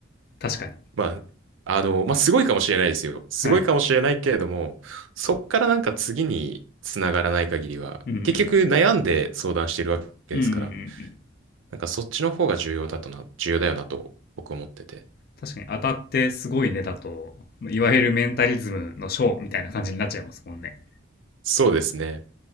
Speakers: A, on the left; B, on the right.
A: かに。
B: まあ、あの、まあすごいかもしれないですよ。すごいかもしれないけれども、
A: はい。
B: そっからなんか次に繋がらない限りは、
A: うんうん。
B: 結局悩んで相談してるわけですから。
A: うんうんうんうん。
B: なんかそっちの方が重要だとな、重要だよなと僕思ってて。
A: 確かに当たってすごいねだと、いわゆるメンタリズムのショーみたいな感じになっちゃいますもんね。
B: そうですね。